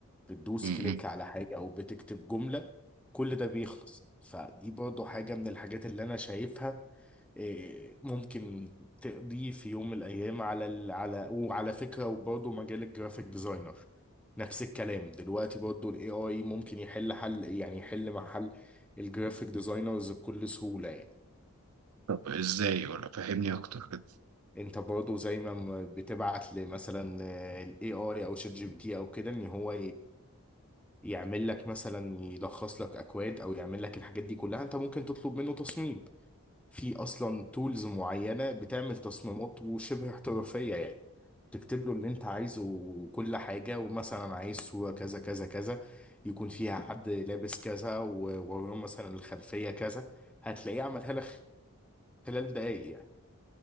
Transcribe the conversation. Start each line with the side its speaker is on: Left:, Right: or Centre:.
Centre: بتدوس
Right: م-
Centre: كليك
Right: م.
Centre: على حاجة أو بتكتب جملة كل ده بيخلص فدي برضو حاجة من الحاجات اللي أنا شايفها إيه، ممكن تقضي في يوم من الأيام على ال... على وعلى فكرة وبرضو مجال الجرافيك ديزاينر نفس الكلام دلوقتي برضو ال AI ممكن يحل حل يعني يحل محل الجرافيك ديزاينرز بكل سهولة يعني
Right: طب ازاي ولا فهمني اكتر كده
Centre: انت برضو زي ما م- بتبعت لمثلا آه، ال AI او شات جي بي تي او كده ان هو يعمل لك مثلا يلخص لك اكواد او يعمل لك الحاجات دي كلها انت ممكن تطلب منه تصميم في اصلا تولز معينه بتعمل تصميمات وشبه احترافيه يعني تكتب له اللي انت عايزه وكل حاجه ومثلا عايز صوره كذا كذا كذا يكون فيها حد لابس كذا ووراه مثلا الخلفيه كذا هتلاقيه عملها لك خلال دقايق يعني